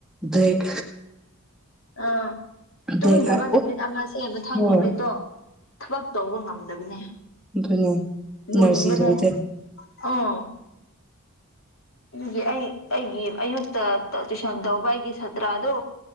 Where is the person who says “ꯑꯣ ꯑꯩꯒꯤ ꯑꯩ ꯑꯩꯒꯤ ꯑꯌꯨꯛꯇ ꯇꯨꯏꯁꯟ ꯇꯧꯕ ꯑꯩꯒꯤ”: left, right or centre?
Left